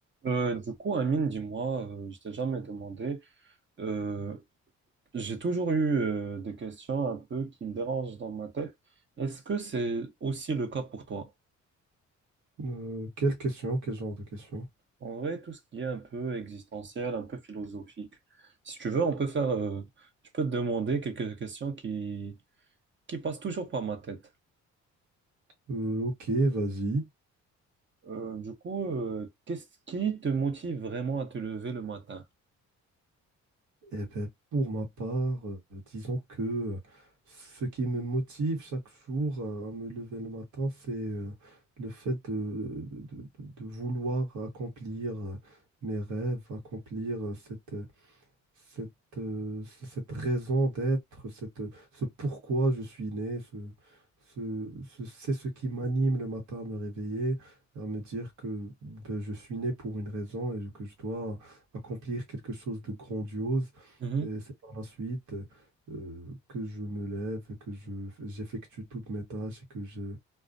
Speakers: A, on the right; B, on the right.
A: Euh, du coup, Amine, dis-moi, euh, je t'ai jamais demandé, euh, j'ai toujours eu euh, des questions un peu qui me dérangent dans ma tête. Est-ce que c'est aussi le cas pour toi?
B: Euh, quelle question, quel genre de question?
A: En vrai, tout ce qui est un peu existentiel, un peu philosophique. Si tu veux, on peut faire, euh, je peux te demander quelques questions qui, qui passent toujours par ma tête.
B: Euh, ok, vas-y.
A: Euh, du coup, euh, qu'est-ce qui te motive vraiment à te lever le matin?
B: Eh ben, pour ma part, euh, disons que euh, ce qui me motive chaque jour euh, à me lever le matin, c'est euh, le fait de, de- de- de vouloir accomplir euh, mes rêves, accomplir euh, cette, euh, cette, euh, c- cette raison d'être, cette, ce pourquoi je suis né, ce, ce, ce- c'est ce qui m'anime le matin à me réveiller, à me dire que ben, je suis né pour une raison et que je dois accomplir quelque chose de grandiose.
A: Mhm.
B: Et c'est par la suite euh, que je me lève, que je, j'effectue toutes mes tâches et que je,